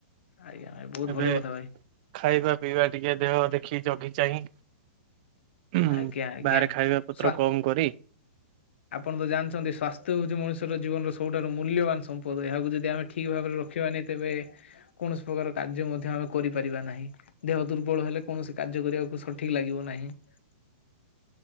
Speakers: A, on the left; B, on the right.
A: ଆଜ୍ଞା ଭାଇ ବହୁତ
B: ଏବେ
A: ଭଲ କଥା ଭାଇ।
B: ଖାଇବା ପିଇବା ଟିକେ ଦେହ ଦେଖିକି। ଜଗି ଚାହିଁ ଉଁହୁ
A: ଆଜ୍ଞା ଆଜ୍ଞା
B: ବାହାରେ ଖାଇବା ପତ୍ର
A: ସ୍ୱା
B: କମ୍ କରି।
A: ଆପଣ ତ ଜାଣିଛନ୍ତି ସ୍ୱାସ୍ଥ୍ୟ ହଉଛି ମଣିଷର ଜୀବନର ସବୁଠାରୁ ମୂଲ୍ୟବାନ ସମ୍ପଦ ଏହାକୁ ଯଦି ଯଦି ଆମେ ଠିକ୍ ଭାବରେ ରଖିବାନି ତେବେ କୌଣସି ପ୍ରକାର କାର୍ଯ୍ୟ ମଧ୍ୟ ଆମେ କରିପାରିବା ନାହିଁ ଦେହ ଦୁର୍ବଳ ହେଲେ କୌଣସି କାର୍ଯ୍ୟ କରିବାକୁ ସଠିକ୍ ଲାଗିବ ନାହିଁ। <unintelligible>